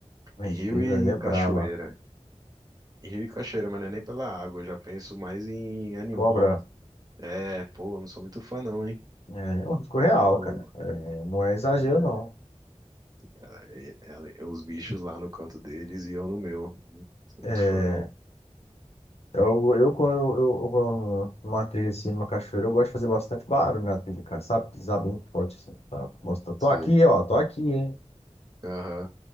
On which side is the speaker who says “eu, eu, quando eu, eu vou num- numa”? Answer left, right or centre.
Left